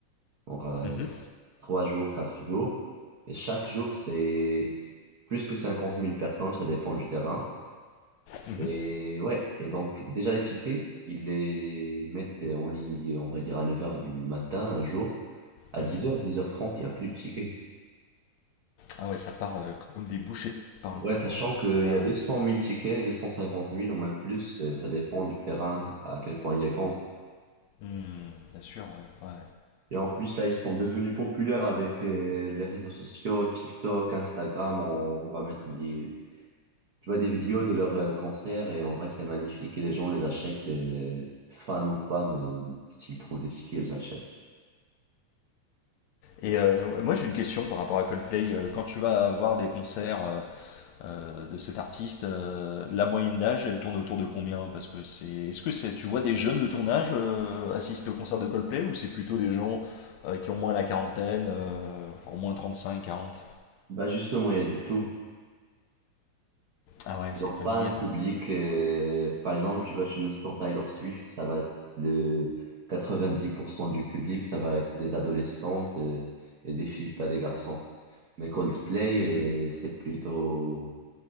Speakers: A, on the right; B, on the left.
A: pour euh,
B: Mhm,
A: trois jours, quatre jours. Et chaque jour, c'est plus que cinquante mille personnes, ça dépend du terrain.
B: mhm,
A: Et ouais, et donc déjà les tickets, ils les mettent en ligne, on va dire à neuf heures du matin un jour. À
B: mhm.
A: dix heures, dix heures trente, il n'y a plus de tickets.
B: Ah ouais, ça part euh, comme des bouchées de pain,
A: Ouais, sachant
B: quoi.
A: qu'il
B: Ouais,
A: y a deux
B: ouais.
A: cent mille tickets, deux cent cinquante mille au moins plus, euh, ça dépend du terrain, à quel point il est grand.
B: Hmm, bien sûr, ouais, ouais.
A: Et en plus, là, ils sont devenus populaires avec euh, les réseaux sociaux, TikTok, Instagram, on va mettre des, tu vois, des vidéos de leurs euh, concerts et en vrai, c'est magnifique et les gens les achètent, euh, fans ou pas, mais s'ils trouvent des tickets, ils achètent.
B: Et euh, moi j'ai une question par rapport à Coldplay. Euh, Quand tu vas voir des concerts euh, euh, de cet artiste, euh, la moyenne d'âge, elle tourne autour de combien? Parce que c'est, est-ce que c'est, tu vois des jeunes de ton âge euh, assister au concert de Coldplay ou c'est plutôt des gens euh, qui ont moins la quarantaine, euh, enfin, au moins 35, 40?
A: Bah justement, il y a du tout.
B: Ah ouais,
A: Ils
B: c'est
A: ont
B: familial.
A: pas un public. euh, par exemple, tu vois tu me sors Taylor Swift, ça va le 90% du public, ça va être des adolescentes euh, et, des filles, pas des garçons. Mais Coldplay,
B: Hmm.
A: euh, c'est plutôt